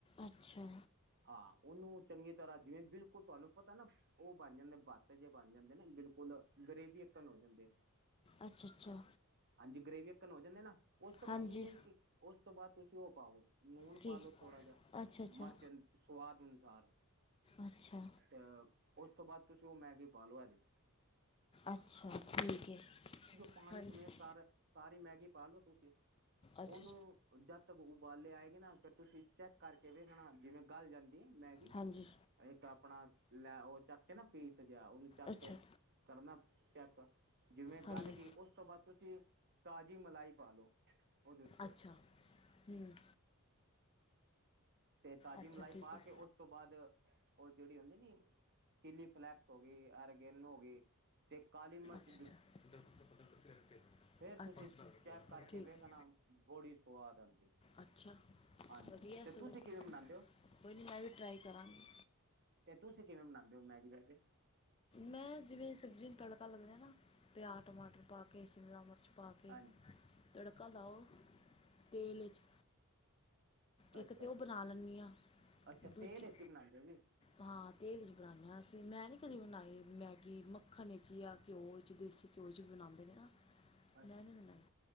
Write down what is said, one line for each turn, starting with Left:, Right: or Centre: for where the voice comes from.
Left: ਅੱਛਾ।
Right: ਹਾਂ। ਉਹਨੂੰ ਚੰਗੀ ਤਰ੍ਹਾਂ ਜਿਵੇਂ ਬਿਲਕੁਲ ਤੁਹਾਨੂੰ ਪਤਾ ਨਾ। ਉਹ ਬਣ ਜਾਂਦੇ, ਬੱਤ ਜੇ ਬਣ ਜਾਂਦੇ ਨ ਬਿਲਕੁਲ, ਗਰੇਵੀ ਇਕਵਲ ਹੋ ਜਾਂਦੀ ਏ।
Left: ਅੱਛਾ- ਅੱਛਾ।
Right: ਹਾਂਜੀ। ਗ੍ਰੇਵੀ ਇਕਵਲ ਹੋ ਜਾਂਦੀ ਨਾ। ਉਸ ਤੋਂ ਬਾਅਦ
Left: ਹਾਂਜੀ
Right: ਤੁਸੀਂ ਇਕ, ਉਸ ਤੋਂ ਬਾਅਦ ਤੁਸੀਂ ਉਹ ਪਾਓ। ਲੂਣ
Left: ਕੀ
Right: ਪਾਲੋ ਥੋੜਾ ਜਿਆ,
Left: ਅੱਛਾ ਅੱਛਾ
Right: ਮਿਰਚ ਸਵਾਦ ਅਨੁਸਾਰ।
Left: ਅੱਛਾ।
Right: ਅ ਉਸ ਤੋਂ ਬਾਅਦ ਤੁਸੀਂ ਉਹ ਮੈਗੀ ਪਾ ਲੋ ਇਹਦੇ
Left: ਅੱਛਾ। ਠੀਕ ਹੈ।
Right: ਪਾਣੀ
Left: ਹਾਂਜੀ
Right: ਸਮੇਤ ਤ ਸਾਰੀ ਮੈਗੀ ਪਾ ਲਓ ਤੁਸੀਂ। ਉਹਨੂੰ
Left: ਅੱਛਾ
Right: ਜਦ ਤੱਕ ਉਬਾਲੇ ਆਏ ਗ ਨਾ ਫ ਤੁਸੀਂ ਚੈੱਕ ਕਰਕੇ ਵੇਖਣਾ, ਜਿਵੇਂ ਗੱਲ ਜਾਂਦੀ ਹੈ ਮੈਗੀ।
Left: ਹਾਂਜੀ।
Right: ਇੱਕ ਆਪਣਾ ਲੈ ਉਹ ਚੱਕ ਕੇ ਨਾ ਪੀਸ ਜਿਹਾ, ਉਹਨੂੰ ਚੱਕ
Left: ਅੱਛਾ
Right: ਕੇ ਕਰਨਾ ਚੈੱਕ ਜਿਵੇਂ
Left: ਹਾਂਜੀ
Right: ਗੱਲ ਕੀ ਉਸ ਤੋਂ ਬਾਅਦ ਤੁਸੀਂ ਤਾਜ਼ੀ ਮਲਾਈ ਪਾ ਲਓ। ਉਦੇ ਉਤੇ।
Left: ਅੱਛਾ ਹੂੰ
Right: ਤੇ ਤਾਜ਼ੀ
Left: ਅੱਛਾ
Right: ਮਲਾਈ
Left: ਠੀਕ
Right: ਪਾ
Left: ਹੈ
Right: ਕੇ ਉਸ ਤੋਂ ਬਾਅਦ ਉਹ ਜਿਹੜੀ ਹੁੰਦੀ ਨੀ ਚਿੱਲੀ ਫਲੈਕਸ ਹੋ ਗਈ ਐਰਗੇਨ ਹੋ ਗਈ ਤੇ ਕਾਲੀ ਮਿਰਚ
Left: <unintelligible>
Right: ਫਿਰ ਤੁਸੀਂ,
Left: ਅੱਛਾ
Right: ਚੈੱਕ ਕਰਕੇ
Left: ਠੀਕ
Right: ਵੇਖਣਾ
Left: ਹੈ
Right: ਬੜੀ ਸਵਾਦ ਆਉਂਦੀ।
Left: ਅੱਛਾ
Right: ਹਾਂਜੀ
Left: ਵਧੀਆ।
Right: ਤੇ
Left: ਸਗੋਂ
Right: ਤੁਸੀਂ ਕਿਵੇਂ ਬਨਾਉਂਦੇ ਓ
Left: ਕੋਈ ਨਹੀਂ ਮੈਂ ਵੀ ਟਰਾਈ ਕਰਾਂਗੀ
Right: ਤੇ ਤੁਸੀਂ ਕਿਵੇਂ ਬਨਾਉਂਦੇ ਓ, ਮੈਗੀ ਵੈਸੇ
Left: ਮੈਂ ਜਿਵੇਂ- ਸਬਜ਼ੀ ਨੂੰ ਤੜਕਾ ਲੱਗਾ ਲਿਆ ਨਾ। ਪਿਆਜ਼, ਟਮਾਟਰ ਪਾ ਕੇ ਸ਼ਿਮਲਾ ਮਿਰਚ ਪਾ ਕੇ
Right: ਹਾਂਜੀ
Left: ਤੜਕਾ ਲਾਓ ਤੇਲ 'ਚ ਇੱਕ
Right: ਅੱਛਾ
Left: ਤਾਂ ਉਹ ਬਣਾ ਲੈਂਦੀ ਆ।
Right: ਅੱਛਾ
Left: ਦੂਜੀ
Right: ਤੇਲ ਵਿੱਚ ਹੀ ਬਣਾਉਂਦੇ ਹੋ ਜੀ
Left: ਹਾਂ ਤੇਲ ਚ ਬਣਾਉਂਦੀ ਅਸੀਂ। ਮੈਂ ਨਹੀਂ ਕਦੇ ਬਣਾਈ ਮੈਗੀ ਮੱਖਣ ਵਿੱਚ ਜਾਂ ਘਿਓ ਵਿੱਚ ਦੇਸੀ ਘਿਓ ਵਿਚ ਬਣਾਉਦੇ ਨੇ ਨਾ।
Right: <inaudible>
Left: ਮੈਂ ਨਹੀਂ ਬਣਾਈ